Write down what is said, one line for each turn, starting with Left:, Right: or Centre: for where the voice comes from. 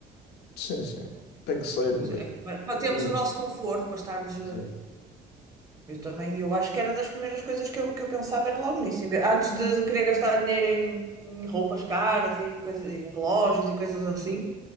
Left: Sim, sim, tem que ser,
Right: uma coisa
Left: mas.
Right: é para, para termos
Left: um,
Right: o nosso conforto, para estarmos
Left: exato.
Right: eh, Eu também, eu acho que era das primeiras coisas que eu, que eu pensava era logo nisso. Em vez- Antes de, querer gastar dinheiro em, em roupas caras e coisas, em relógios e coisas assim,